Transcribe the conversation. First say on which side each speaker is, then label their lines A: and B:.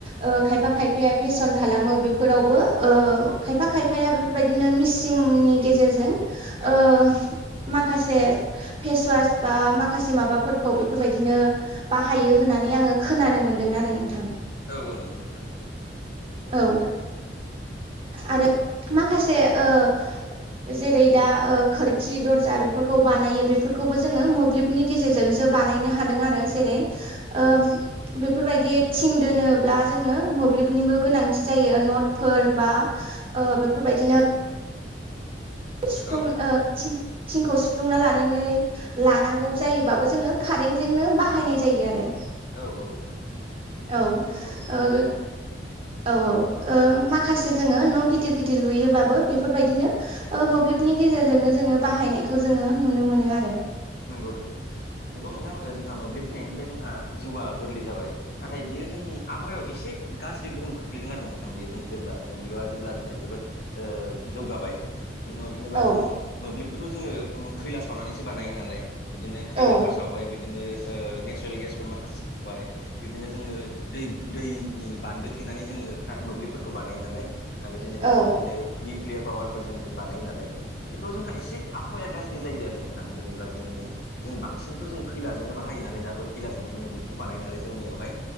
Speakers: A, on the right; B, on the left.
A: ओ खायफा खायफाया फेसन खालामो बेफोरावबो ओ खायफा खायफाया बे बेबायदिनो मिसिंनि गेजेरजों
B: औ
A: ओ माखासे फेसवास बा माखासे माबाफोरखौ बेफोरबायदिनो बाहायो होननानै आङो खोनानो मोनदों आरो नोंथां
B: औ औ नंगौ नोंथां नंगौ।
A: औ आरो माखासे ओ जेरै दा ओ खोरखि, दरजा बेफोरखौ बानायो बेफोरखौबो जोङो मोब्लिब नि गेजेरजोंसो बानायनो हादों आरो जेरै ओ बेफोरबायदि थिं दोनोब्ला जोंनो मोब्लिबनिबो गोनांथि जायो नटफोर बा ओ बेफोरबायदिनो सुफ्लं
B: औ
A: ओ थि-थिंखौ सुफ्लुंना लानानै लानांगौ जायोबाबो जोङो कारेन्टजोंनो बाहायनाय जायो आरो।
B: औ औ
A: औ
B: नंगौ नंगौ
A: ओ बो
B: नोंथां
A: औ औ ओ माखासे जोङो न' गिदिर गिदिर लुयोबाबो बेफोरबायदिनो ओ मोब्लिबनि गेजेरजोंनो जोङो बाहायनायखौ जोङो नुनो मोनोआरो
B: नंगौ नंगौ नंगौ नोंथां ओ जोंहा मोब्लिब फैनायनिफ्राय जोंहा जिउआ गोरलै जाबाय। नाथाय बियो जोंनि आबहायाव एसे गाज्रि गोहोम खोख्लैदों आरो नोंथां बेयो जोंनि जेब्ला मोब्लिबा जेब्लानिफ्राय जोबोद ओ जौगाबाय। बिनि उनाव जेनेबा
A: औ
B: जोङो मोब्लिबखौथ' जोङो ओ खैला सावनानैसो बानायो नालाय बिदिनो खैला
A: औ
B: सावबाय बिदिनो ओ नेचारेल गेसफोर माखासे सावबाय बिब्दिनो जोङो दै-दैनि बान्दो थेनानै जोङो मोब्लिबफोरखौ बानायो नालाय। आरो जेनेब्ला
A: औ
B: बिब्दिनो निउकलियार पावारफोरजों जों बानायो नालाय बेफोराव जोंहा एसे आबहावाया गाज्रि जायो आरो नोंथां जेनेबा जों नै जों बां बांसिनथ' जों खैलाजोंनो बाहायो नालाय दाबो खैलाजोंनो मोब्लिबखौ बानायो नालाय जोंनियावहाय